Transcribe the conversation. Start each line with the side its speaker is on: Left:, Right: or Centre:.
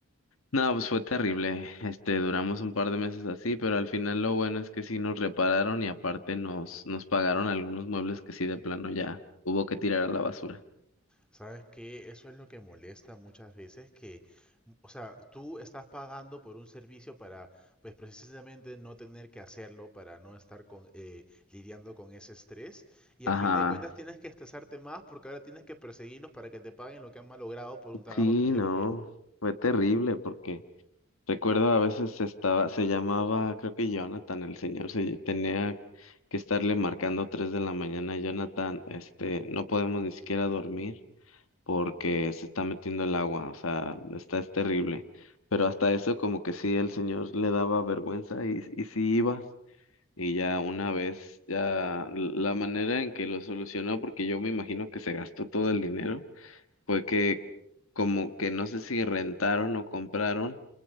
Left: No, pues fue terrible. Este, duramos un par de meses así, pero al final lo bueno es que sí nos repararon y aparte nos, nos pagaron algunos muebles que sí de plano ya hubo que tirar a la basura.
Centre: ¿Sabes qué? Eso es lo que molesta muchas veces, que, m- o sea, tú estás pagando por un servicio para, pues precisamente no tener que hacerlo, para no estar con, eh, lidiando con ese estrés, y
Left: Ajá.
Centre: a fin de cuentas tienes que estresarte más porque ahora tienes que perseguirlos para que te paguen lo que han malogrado por un trabajo
Left: Sí,
Centre: que no hicieron
Left: no,
Centre: bien.
Left: fue terrible porque recuerdo a veces estaba, se llamaba, creo que Jonathan, el señor, se tenía que estarle marcando tres de la mañana, Jonathan, este, no podemos ni siquiera dormir. porque se está metiendo el agua, o sea, está, es terrible. Pero hasta eso como que sí, el señor le daba vergüenza y, y sí iba. Y ya una vez, ya la manera en que lo solucionó, porque yo me imagino que se gastó todo el dinero, fue que como que no sé si rentaron o compraron